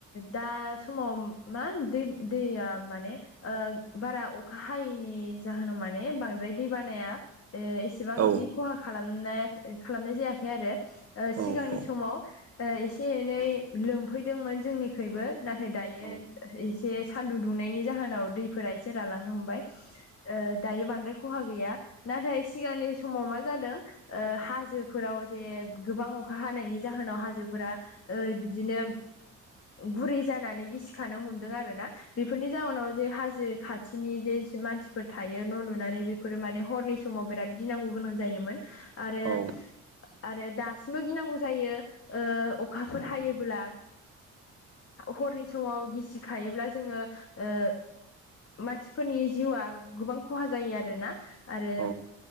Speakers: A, on the left; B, on the right.
A: दा समाव मा दै दैया माने ओ बारा अखा हायैनि जाहोनाव माने बांद्राय दै बानाया एसे इसेबां
B: औ
A: बिदि खहा खालामनाय खालामनाय जायाखै आरो
B: औ
A: सिगांनि समाव। एसे एनै लोमफैदोंमोन जोंनिखबो नाथाय दायो।
B: औ
A: एसे सान्दुं दुंनायनि जाहोनाव दैफोरा एसे रालांनो हमबाय। ओ दायो बांद्राय खहा गैया नाथाय सिगांनि समाव मा जादों। ओ हाजोफोराव जे गोबां अखा हानायनि जाहोनाव हाजोफोरा ओ बिदिनो गुरै जानानै गिसिखानो हमदों आरो ना बेफोरनि जउनाव जे हाजो खाथि। खाथिनि जे मानसिफोर थायो न' लुनानै बेफोरो माने हरनि समाव बिराद गिनांगौ गोनां जायोमोन। आरो
B: औ
A: आरो। दासिमबो गिनांगौ जायो अखाफोर हायोबोला हरनि समाव गिसिखायोब्ला जोङो ओ मानसिफोरनि जिउआ गोबां खहा जायो आरोना आरो
B: औ